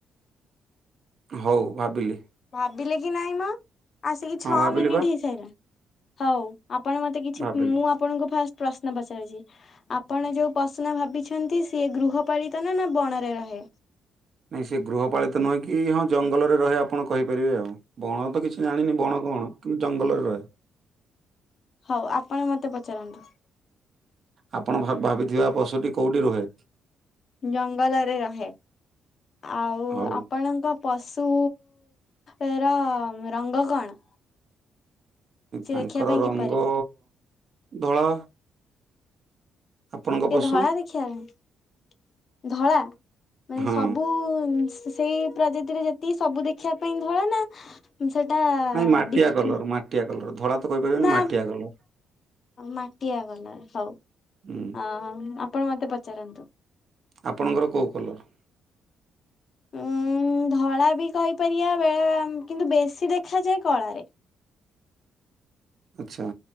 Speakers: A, on the right (about 50°); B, on the left (about 50°).
A: ହଉ ଭାବିଲି।
B: ଭାବିଲେ କି ନାଇଁ ମ ଆସିକି
A: ହଁ
B: ଛଅ
A: ଭାବିଲି
B: ମିନିଟ୍
A: ବା
B: ହେଇସାରିଲା ହଉ। ଆପଣ ମତେ କିଛି,
A: ଭାବିଲି।
B: ମୁଁ ଆପଣଙ୍କୁ ଫାଷ୍ଟ ପ୍ରଶ୍ନ ପଚାରୁଚି? ଆପଣ ଯୋଉ ପଶୁ ଭାବିଛନ୍ତି ସିଏ ଗୃହପାଳିତ ନା ନା ବଣରେ ରହେ?
A: ନାହିଁ ସେ ଗୃହପାଳିତ ନୁହେଁ କି ହଁ ଜଙ୍ଗଲରେ ରହେ ଆପଣ କହିପାରିବେ ଆଉ। ବଣ ତ କିଛି ଜାଣିନି ବଣ କଣ କିନ୍ତୁ ଜଙ୍ଗଲରେ ରହେ।
B: ହଉ ଆପଣ ମୋତେ ପଚାରନ୍ତୁ?
A: ଆପଣ ଭାବିଥିବା ପଶୁ ଟି କୋଉଠି ରୁହେ?
B: ଜଙ୍ଗଲ ରେ ରହେ ଆଉ
A: ହଉ
B: ଆପଣଙ୍କ ପଶୁ ର ରଙ୍ଗ କଣ? ସିଏ
A: ତାଙ୍କର
B: ଦେଖିବା ପାଇଁ
A: ରଙ୍ଗ
B: କିପରି
A: ଧଳା। ଆପଣଙ୍କ
B: ସେ
A: ପଶୁ
B: ଧଳା ଦେଖିବାପାଇଁ ଧଳା। ମାନେ
A: ହଁ
B: ସବୁ ସେଇ ପ୍ରଜାତିରେ ଯେତିକି ସବୁ ଦେଖିବା ପାଇଁ ଧଳା ନା? ସେଟା
A: ନାଇଁ ମାଟିଆ
B: ଡିପ୍
A: କଲର ମାଟିଆ କଲର ଧଳା ତ କହିପାରିବେନି
B: ନା।
A: ମାଟିଆ କଲର।
B: ମାଟିଆ କଲର ହଉ
A: ହୁଁ
B: ଅ ଆପଣ ମତେ ପଚାରନ୍ତୁ।
A: ଆପଣଙ୍କର କେଉଁ କଲର୍?
B: ଉଁ ଧଳା ବି କହିପାରିବା ବେଳେ କିନ୍ତୁ ବେଶୀ ଦେଖାଯାଏ କଳା ରେ।
A: ଆଚ୍ଛା